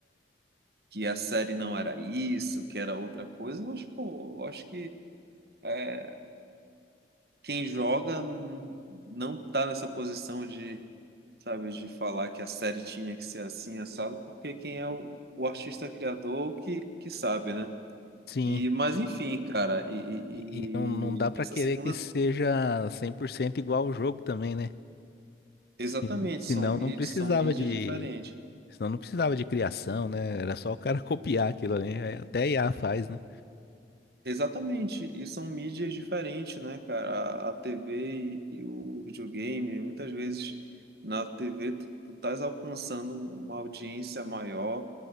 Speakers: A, on the right; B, on the left.
A: que a série não era isso, que era outra coisa. Mas, pô, eu acho que é, quem joga n- não tá nessa posição sabe, de falar que a série tinha que ser assim, assado, porque quem é o, o artista criador que, que sabe, né?
B: Sim.
A: E, mas enfim, cara, e, e,
B: E e não, não dá
A: e
B: pra
A: essa
B: querer
A: segunda,
B: que seja 100% igual ao jogo também, né?
A: exatamente,
B: Se, senão
A: são, mí-
B: não precisava
A: são mídias
B: de,
A: diferentes.
B: senão não precisava de criação, né? Era só o cara <laughs> copiar aquilo ali. Até I a IA faz, né?
A: Exatamente, e são mídias diferentes, né, cara? A, a TV e, e o videogame, muitas vezes na TV tu, tu estás alcançando uma audiência maior